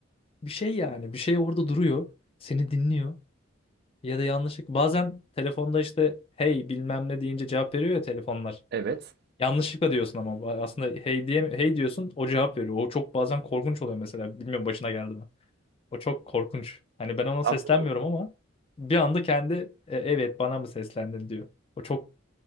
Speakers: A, on the left; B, on the right.
A: bir şey yani bir şey orada duruyor. Seni dinliyor. Ya da yanlışlıkla bazen telefonda işte hey bilmem ne deyince cevap veriyor ya telefonlar.
B: evet
A: Yanlışlıkla diyorsun ama aslında hey diye hey diyorsun o cevap veriyor. O çok bazen korkunç oluyor mesela. Bilmiyorum başına geldi mi? O çok korkunç. Hani ben ona
B: ben
A: seslenmiyorum
B: bunu
A: ama bir anda kendi "E, evet bana mı seslendin diyor. O çok